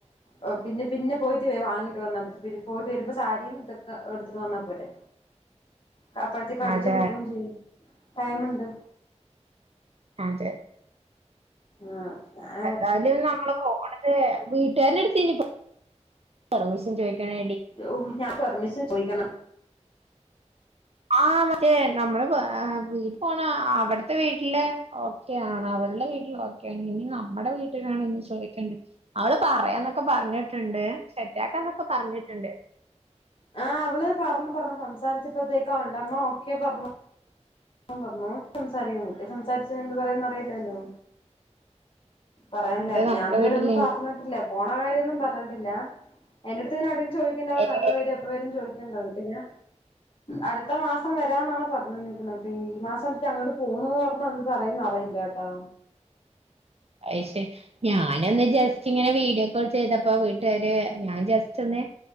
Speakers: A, on the left; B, on the right.
A: ഓഹ് പിന്നെ പിന്നെ പോയിട്ട് വെ വാങ്ങിട്ട് വന്നാ പറ്റത്തില്ലേ പോയിട്ട് വരുമ്പം സാരിയും തക്കെ എടുത്തിട്ട് വന്നാ പോരെ. ക്കപ്പഴത്തേക്ക് അടിച്ച്
B: അതെ
A: കിട്ടുവേം ചെയ്യും ടൈമ്ണ്ട്
B: ആതെ
A: ആഹ് ആ
B: എന്തായാലും നമ്മള് പോണത് വീട്ടുകാരടെ എടുത്ത് ഇനി പെർമിഷൻ ചോദിക്കണ്
A: ഓഹ് ഞാൻ പെർമിഷൻ ചോയിക്കണം
B: ആഹ് മറ്റേ നമ്മള് വീട്ട് പോണ അവിടത്തെ വീട്ടിലെ ഒ ക്കെയാണ് അവളുടെ വീട്ടിൽ ഓക്കെയാണ് ഇനി നമ്മുടെ വീട്ടിലാണ് ഇനി ചോദിക്കേണ്ടത് അവള് പറയാന്നൊക്കെ പറഞ്ഞിട്ട്ണ്ട്. സെറ്റാക്കാന്നൊക്കെ പറഞ്ഞിട്ട് ണ്ട്.
A: ആഹ് അവള് പറഞ്ഞ് പറഞ്ഞു സംസാരിച്ചപ്പൾതേക്കും അവൾടെ അമ്മ ഓക്കേ പറഞ്ഞു പ്പം പർഞ്ഞു സംസാരിക്കുന്നു കുട്ടി സംസാരിച്ച എന്ത് പറയുന്ന റിയില്ലല്ലോ പറയണ്ടേ
B: അതെ നമ്മുടെ
A: ഞാൻ തുവരെ
B: വീട്ടിൽ
A: ഒന്നും പറഞ്ഞിട്ടില്ല പോണ കാര്യമൊന്നും പറഞ്ഞിട്ടില്ല. എന്റടുത്തിങ്ങനെ <unintelligible> ചോയിക്ക്ണ്ടാരുന്നു
B: എനിക്ക
A: എപ്പൊവര എ പ്പ വരും ചോദിക്കണ്ടാന്ന്. പിന്നെ അടുത്ത മാസം വരാന്നാണ് പറഞ്ഞിരിക്കുന്നത് ഈ മാസം ജ്ജ് അങ്ങട്ട് പോണു അർഞ്ഞ എന്ത് പറയുന്നറിയില്ലട്ടോ.
B: അയ് ശര്യാ ഞാനൊന്ന് ജസ്റ്റ് ങ്ങനെ വീഡിയോ കോൾ ചെയ്തപ്പോ വീട്ടുകാര് ഞാൻ ജസ്റ്റൊന്ന്